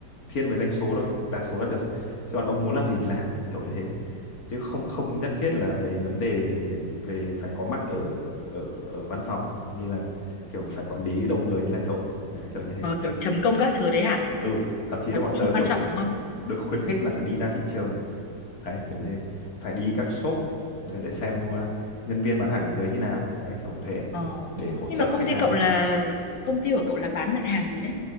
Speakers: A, on the left (about 55°); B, on the left (about 90°).
A: thiên về doanh số thôi đạt số là được chứ còn ông muốn làm gì thì làm kiểu như thế chứ không không nhất thiết là về vấn đề về phải có mặt ở ở ở văn phòng như là kiểu phải quản lý đầu người như là cậu đấy kiểu như thế
B: Ờ, kiểu chấm công các thứ đấy hả?
A: ừ thậm chí là
B: Là
A: bọn
B: cũng
A: tớ
B: không quan
A: kiểu
B: trọng đúng không?
A: được khuyến khích là phải đi ra thị trường đấy kiểu như phải đi các shop để, để xem ờ, nhân viên bán hàng ở dưới như nào đấy kiểu thế
B: Ờ.
A: để hỗ
B: Nhưng
A: trợ
B: mà công
A: khách
B: ty
A: hàng
B: cậu là công ty của cậu là bán mặt hàng gì đấy?